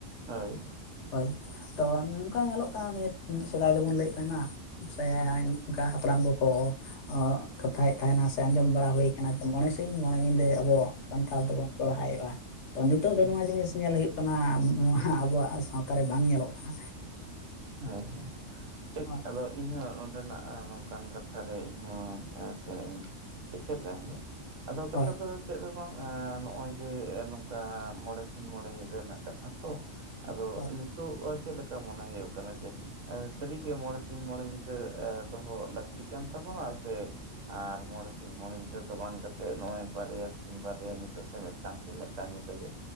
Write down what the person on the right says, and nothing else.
ᱦᱳᱭ᱾
ᱦᱳᱭ
ᱦᱳᱭ ᱦᱳᱭ ᱴᱷᱤᱠ
ᱟᱫᱚ ᱤᱧ ᱦᱚᱸ ᱱᱚᱸᱰᱮᱱᱟᱜ ᱟᱨ ᱱᱚᱝᱠᱟᱱ ᱠᱟᱛᱷᱟ ᱨᱮ ᱤᱧ ᱦᱚᱸ ᱥᱮ ᱤᱧ ᱠᱮᱪᱮᱫ ᱞᱮᱢ ᱜᱮ ᱟᱫᱚ ᱠᱟᱛᱷᱟ
ᱫᱚ ᱪᱮᱫ ᱫᱚ ᱵᱟᱝ ᱱᱚᱜᱼᱚᱭ ᱡᱮ ᱱᱚᱝᱠᱟ ᱢᱚᱬᱮ ᱥᱤᱧ ᱢᱚᱬᱮ ᱧᱤᱫᱟᱹ ᱨᱮᱱᱟᱜ ᱠᱟᱛᱷᱟ ᱛᱚ ᱟᱫᱚ
ᱱᱤᱛᱳᱜ ᱪᱮᱫ ᱞᱮᱠᱟ ᱢᱚᱱᱮ ᱦᱳᱭᱳᱜ ᱠᱟᱱᱟ ᱡᱮ ᱥᱟᱹᱨᱤᱜᱮ ᱢᱚᱬᱮ ᱥᱤᱧ ᱢᱚᱬᱮ ᱧᱤᱫᱟᱹ ᱫᱚᱦᱚ ᱞᱟᱹᱠᱛᱤ ᱠᱟᱱ ᱛᱟᱵᱚᱱᱟ ᱥᱮ? ᱟᱨ ᱢᱚᱬᱮ ᱥᱤᱧ ᱢᱚᱬᱮ ᱧᱤᱫᱟᱹ ᱫᱚ ᱵᱟᱝ ᱠᱟᱛᱮᱜ ᱱᱚᱜᱼᱚᱭ ᱵᱟᱨᱭᱟ ᱥᱤᱧ ᱵᱟᱨᱭᱟ ᱧᱤᱫᱟᱹ ᱥᱮ ᱢᱤᱫ ᱢᱤᱫᱴᱟᱝ ᱥᱤᱧ ᱢᱤᱫᱴᱟᱝ ᱧᱤᱫᱟᱹ ᱜᱮ